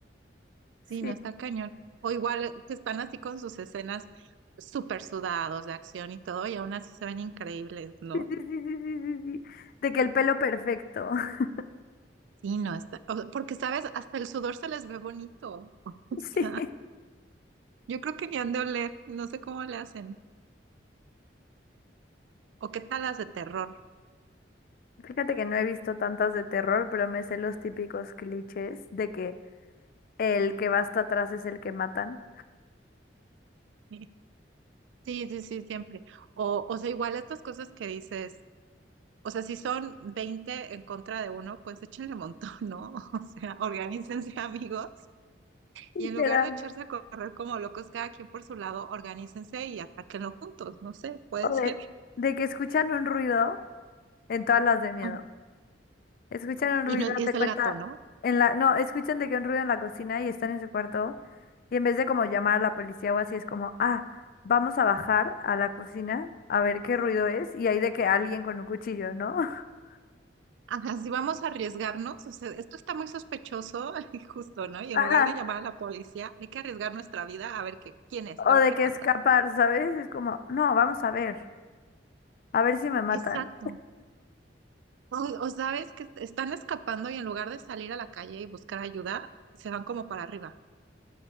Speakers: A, on the right; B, on the left.
A: Sí,
B: Sí,
A: no está cañón. O igual eh, que están así con sus escenas súper sudados de acción y todo, y aún así se ven increíbles, ¿no?
B: sí, sí, sí, sí, sí, sí. sí. De que el pelo perfecto. <laughs>
A: Sí, no está. o sea, porque, ¿sabes? Hasta el sudor se les ve bonito. <laughs> O sea,
B: Sí.
A: yo creo que ni han de oler. No sé cómo le hacen. O qué tal las de terror.
B: Fíjate que no he visto tantas de terror, pero me sé los típicos clichés de que el que va hasta atrás es el que matan.
A: <laughs> Sí, sí, sí, siempre. O, o sea, igual estas cosas que dices. O sea, si son 20 en contra de uno, pues échenle montón, ¿no? <laughs> O sea, organícense <laughs> amigos
B: Literal.
A: y en lugar de echarse a correr como locos cada quien por su lado, organícense y atáquenlo juntos, no sé, puede
B: O
A: ser.
B: de,
A: <laughs>
B: de que escuchan un ruido en todas las de miedo.
A: Ah,
B: Escuchan un
A: Y,
B: ruido,
A: no, y
B: haz de
A: es
B: cuenta,
A: el gato, ¿no?
B: en la, no, escuchan de que un ruido en la cocina y están en su cuarto y en vez de como llamar a la policía o así es como, ah, vamos a bajar a la cocina a ver qué ruido es y hay de que alguien con un cuchillo, ¿no? <laughs>
A: Ajá, si vamos a arriesgarnos, o sea, esto está muy sospechoso <laughs> y justo, ¿no? Y
B: Ajá,
A: en lugar de llamar a la policía, hay que arriesgar nuestra vida a ver qué, quién es, a
B: o
A: ver
B: de
A: qué
B: que
A: pasa.
B: escapar, ¿sabes? Es como, no, vamos a ver, a ver si me matan.
A: Exacto. O, o sabes que est- están escapando y en lugar de salir a la calle y buscar ayuda, se van como para arriba.